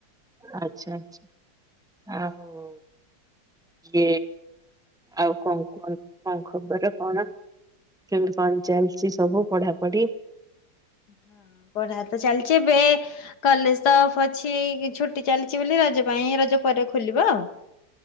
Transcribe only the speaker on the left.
ହଁ ପଢା ତ ଚାଲିଚି ଏବେ କଲେଜ ତ ଅଫ ଅଛି ଏ ଛୁଟି ଚାଲିଚି ବୋଲି ରଜ ପାଇଁ ରଜ ପରେ ଖୋଲିବ ଆଉ।